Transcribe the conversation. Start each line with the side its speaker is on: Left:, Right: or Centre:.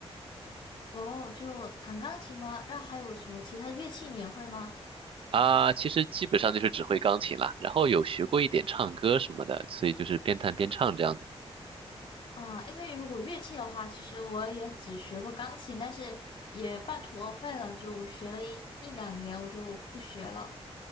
Left: 哦，就弹钢琴吗？那还有什么其他的乐器你也会吗？
Right: 啊，其实基本上就是只会钢琴啦，然后有学过一点唱歌什么的，所以就是边弹边唱这样子。
Left: 啊，因为如果乐器的话，其实我也只学过钢琴，但是也半途而废了，就我学了一一两年，我就不学了。